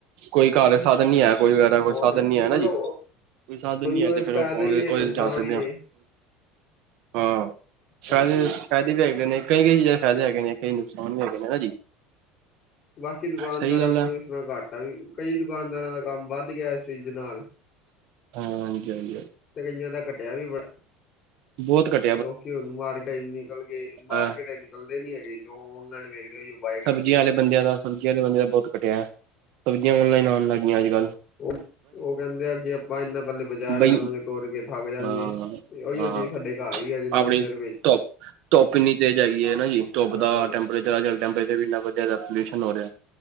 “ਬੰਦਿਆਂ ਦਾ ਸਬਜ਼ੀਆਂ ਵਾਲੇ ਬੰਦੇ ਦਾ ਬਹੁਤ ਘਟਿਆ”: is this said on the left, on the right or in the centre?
Right